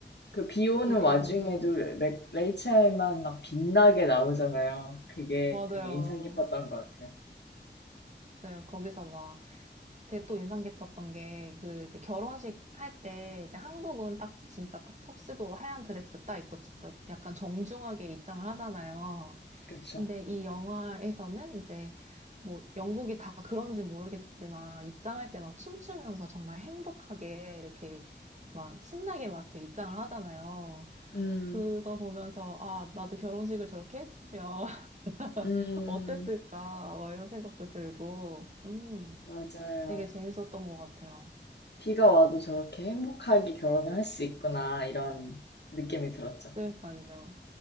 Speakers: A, on the left; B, on the right.
A: 그 비 오는
B: 이 배우.
A: 와중에도 레- 레이첼만 막 빛나게 나오잖아요. 그게
B: 맞아요.
A: 되게 인상 깊었던 것 같아요.
B: 네, 거기서 막, 되게 또 인상 깊었던 게, 그, 이제 결혼식 할 때, 이제 한국은 딱, 진짜 딱 턱스도 하얀 드레스 딱 입고, 진짜 약간 정중하게 입장을 하잖아요.
A: 그쵸?
B: 근데 이 영화에서는 이제 뭐 영국이 다 그런지 모르겠지만 입장할 때 막 춤추면서 정말 행복하게 이렇게 막 신나게 막 이렇게 입장을 하잖아요.
A: 음,
B: 그거 보면서 아, 나도 결혼식을 저렇게 했으면 <laughs>
A: 음,
B: 어땠을까? 막 이런 생각도 들고, 음,
A: 맞아요.
B: 되게 재밌었던 것 같아요.
A: 비가 와도 저렇게 행복하게 결혼을 할 수 있구나, 이런 느낌이 들었죠.
B: 그러니까요.